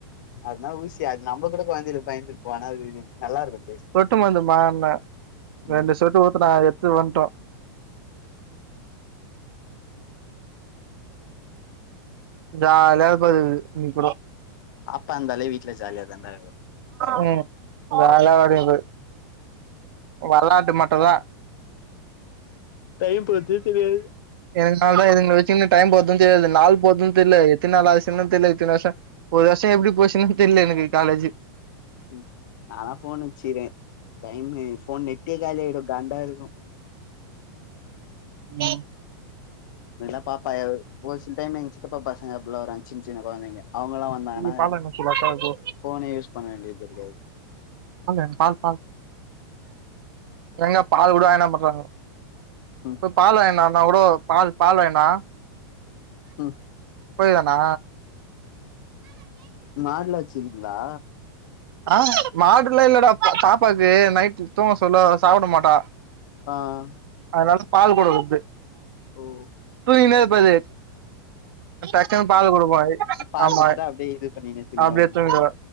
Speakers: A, on the left; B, on the right.
A: அதுனா ஊசி அது நம்ம கூட கொழந்தைல பயந்துருப்போ ஆனா அது நல்லாருக்கு
B: சொட்டு மருந்து மான
A: ம்
B: ரெண்டு சொட்டு ஊத்துனா த்து வண்டா ஜாலியா வரபோதது இன்னிக்குடோ
A: ஆத்தா இந்தாலே வீட்ல ஜாலியா தான்டா இருக்கு
B: உம் வேல வருது வெளாட்டு மட்டுந்தா
A: டைம் போர்தே தெரியாது
B: இதனால இதுங்குல வச்சிகன்னு டைம் போற்து தெரியாது நாள் போற்து தெர்ல எத்தின் நாள் ஆச்சின்னும் தெரில ஒரு வஷோ எப்டி போச்சுன்னு தெர்ல எனக்கு காலேஜ்ஜி
A: ம் நாளா ஃபோன் வச்சிரே டைமு ஃபோன் நெட்டே காலியாயிடு காண்டா இருக் ம்
B: ம்
A: ல்லா பாப்பா ஒரு சில டைம் எங் சித்தப்பா பசங்க அப்புலா வருவாங்க சின் சின் கொழந்தைங்க அவங்கல்லா வந்தாங்கன்னா
B: ஐயோ பால் வாங்கினு வர சொல்லு
A: ஃபோனே யூஸ் பண்ண வேண்டியத் இருக்காது
B: மே பால் பால் எங்க பால்கூட வாங்கினுவர் பண்றாங்க
A: ம்
B: போய் பால் வாங்கிவான்னா கூடோ பால் பால் வாய்ன்னுவா
A: ம்
B: போய்டுவானா
A: மாட்ல்லா வச்சிருஙிங்களா
B: ஆஹ் மாடுல்லா இல்லடா பாப்பாக்கு நைட் தூங்க சொல்லோ சாப்ட மாட்டா
A: ஆஹ்
B: அதனால பால் குடுக்குற்து
A: ஓ
B: த்தினேபது டக்குன்னு பால் குடுப்போ
A: பால்
B: ஆமா
A: குடுத்துட்டா அப்டியே இது பண்ணினே தூங்கிடுவாங்க
B: அப்டியே தூங்கிடுவா